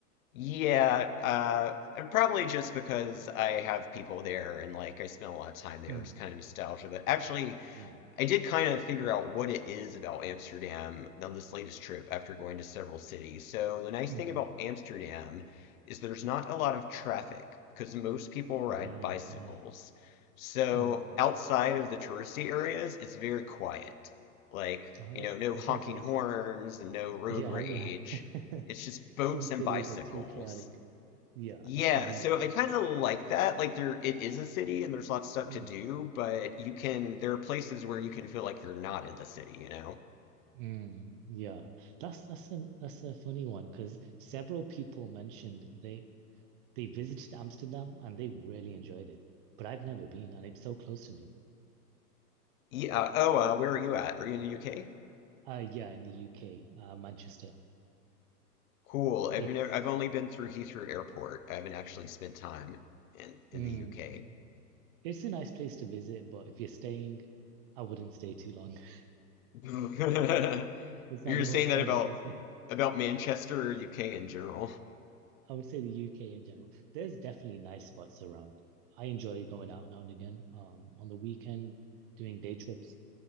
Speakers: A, on the left (about 60°); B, on the right (about 35°).
A: yeah, uh, and probably just because I have people there and like I spent a lot of time there.
B: Mm,
A: It's kind of nostalgia, but actually.
B: yeah.
A: I did kind of figure out what it is about Amsterdam on this latest trip after going to several cities. So the nice
B: hmm
A: thing about Amsterdam is there's not a lot of traffic because most people ride
B: Right.
A: bicycles.
B: Yeah.
A: So
B: Mm.
A: outside of the touristy areas, it's very quiet. Like,
B: Oh,
A: you
B: that's
A: know, no honking
B: that sounds nice.
A: horns and no road
B: Yeah.
A: rage.
B: Yeah. <laughs>
A: It's just boats
B: Some cities
A: and bicycles.
B: are too chaotic. Yeah.
A: Yeah,
B: That sounds nice.
A: so I kind of like that. Like there, it is a city, and there's lots of stuff
B: Mm.
A: to do, but you can. There are places where you can feel like you're not in the city. You know?
B: Mm, yeah. That's that's a that's a funny one because several people mentioned they they visited Amsterdam and they really enjoyed it, but I've never been and it's so close to me.
A: Yeah. Oh, uh, where are you at? Are you in the UK?
B: Uh, yeah, in the UK, uh, Manchester.
A: Cool. I've
B: It's
A: never. I've only been through Heathrow Airport. I haven't actually spent time in
B: mm,
A: in the UK.
B: it's a nice place to visit, but if you're staying, I wouldn't stay too long. <laughs>
A: <laughs>
B: It's
A: You're
B: not the
A: saying
B: most
A: that
B: pleasant
A: about
B: to stay.
A: about Manchester or UK in general.
B: <laughs> I would say the UK in general. There's definitely nice spots around. I enjoy going out now and again. Um, on the weekend, doing day trips.